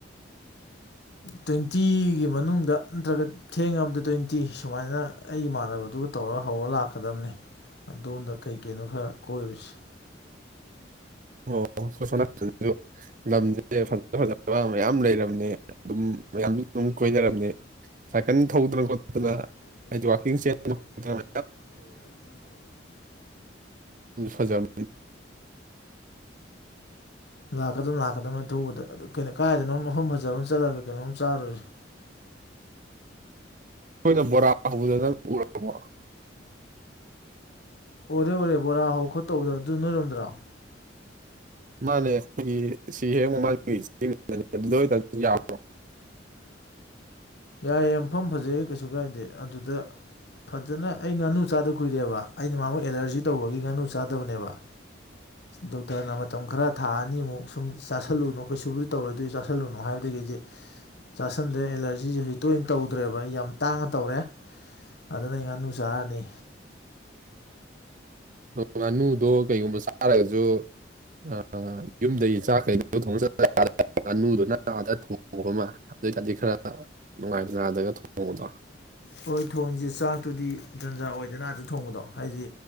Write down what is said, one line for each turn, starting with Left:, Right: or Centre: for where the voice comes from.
Left: ꯇ꯭ꯋꯦꯟꯇꯤꯒꯤ ꯃꯅꯨꯡꯗ ꯅꯠꯇ꯭ꯔꯒ ꯊꯦꯡ ꯑꯃꯗ ꯇ꯭ꯋꯦꯟꯇꯤ ꯁꯨꯃꯥꯏꯅ ꯑꯩ ꯏꯃꯥꯟꯅꯕꯗꯨꯒ ꯇꯧ ꯍꯧꯔ ꯍꯧꯔ ꯂꯥꯛꯀꯗꯝꯕꯅꯤ ꯑꯗꯣꯝꯗ ꯀꯩꯀꯩꯅꯣ ꯈꯔ ꯀꯣꯏꯔꯨꯁꯤ
Right: ꯑꯣ ꯑꯈꫭꯏ ꯂꯝꯁꯦ ꯐꯖ ꯐꯖꯕ ꯃꯌꯥꯝ ꯂꯩꯔꯕꯅꯦ ꯑꯗꯨꯝ ꯃꯌꯥꯝ ꯑꯗꯨꯝ ꯀꯣꯏꯅꯔꯝꯅꯤ ꯁꯥꯏꯀꯜ ꯊꯧꯗꯅ ꯈꯣꯠꯇꯅ
Left: ꯋꯥ
Right: ꯍꯥꯏꯗꯤ ꯋꯥꯛꯀꯤꯡ ꯆꯦꯟꯗꯅ
Left: ꯆ
Right: ꯈꯣꯠꯇꯅ
Left: ꯑꯗꯨꯝ ꯇꯧꯗ
Right: ꯁꯥꯖꯝ
Left: ꯂꯥꯛꯀꯗ ꯂꯥꯛꯀꯗꯕꯅꯤ ꯑꯊꯨꯕꯗꯩꯅꯣ ꯀꯥꯏꯗꯅꯣ ꯃꯐꯝ ꯐꯖꯕ ꯑꯃ ꯆꯠꯂꯒꯦ ꯀꯩꯅꯣꯝ ꯆꯥꯔꯨꯔꯁꯁꯤ
Right: ꯣꯏꯅ ꯕꯣꯔꯥ ꯍꯗ ꯅꯪ ꯎꯔꯕꯣ
Left: ꯑꯣꯔꯦ ꯑꯣꯔꯦ ꯕꯣꯔꯥ ꯍꯧ ꯈꯣꯠꯠꯇꯧꯕꯗꯣ ꯑꯗꯨ ꯅꯣꯏꯔꯝꯗ꯭ꯔꯥꯎ
Right: ꯃꯥꯅꯦ ꯑꯩꯈꯣꯏꯒꯤ ꯁꯤ ꯍꯦꯡꯕ ꯃꯥꯒꯤꯅꯦ ꯑꯗꯨꯗ ꯌꯥ꯭ꯔꯣ
Left: ꯌꯥꯏꯌꯦ ꯃꯐꯝ ꯐꯖꯩꯌꯦ ꯀꯩꯁꯨ ꯀꯥꯏꯗꯦ ꯑꯗꯨꯗ ꯐꯖꯅ ꯑꯩ ꯉꯥꯅꯨ ꯆꯥꯗ ꯀꯨꯏꯔꯦꯕ ꯑꯩꯅ ꯃꯥꯕꯨ ꯑꯦꯂꯔꯖꯤ ꯇꯧꯕꯒꯤ ꯉꯥꯅꯨ ꯆꯥꯗꯕꯅꯦꯕ ꯗꯣꯛꯇꯔꯅ ꯃꯇꯝ ꯈꯔ ꯊꯥ ꯑꯅꯤꯃꯨꯛ ꯁꯨꯝ ꯆꯥꯁꯤꯜꯂꯨꯅꯨ ꯀꯩꯁꯨꯕꯨꯗꯤ ꯇꯧꯔꯨꯗꯣꯏ ꯆꯥꯁꯤꯜꯂꯨꯅꯣ ꯍꯥꯏꯕꯗꯒꯤ ꯆꯥꯁꯟꯗ꯭ꯔꯦ ꯑꯦꯂꯔꯖꯤꯁꯦ ꯍꯧꯖꯤꯛ ꯇꯣꯏꯅ ꯇꯧꯗ꯭ꯔꯦꯕ ꯑꯩ ꯌꯥꯝ ꯇꯥꯡꯉ ꯇꯧꯔꯦ ꯑꯗꯨꯅ ꯑꯩ ꯉꯥꯅꯨ ꯆꯥꯔꯅꯤ
Right: ꯉꯥꯅꯨꯗꯣ ꯀꯩꯒꯨꯝꯕ ꯁꯥꯔꯒꯁꯨ ꯑ ꯌꯨꯝꯗꯒꯤꯩ ꯆꯥꯛ ꯀꯩꯗ ꯊꯣꯡ ꯉꯥꯅꯨꯗꯨꯣ ꯅꯥꯗ ꯊꯣꯡꯉꯕ ꯑꯃ ꯑꯗꯨ ꯑꯣꯏꯇꯥꯔꯗꯤ ꯈꯔ ꯅꯨꯡꯉꯥꯏ ꯅꯨꯡꯉꯥꯏꯗꯒ ꯊꯣꯡꯕꯗꯣ
Left: ꯍꯣꯏ ꯊꯣꯡꯁꯦ ꯆꯥꯛꯇꯨꯗꯤ ꯖꯟꯖꯥ ꯑꯣꯏꯗꯅ ꯑꯇ ꯊꯣꯡꯕꯗꯣ ꯍꯥꯏꯗꯤ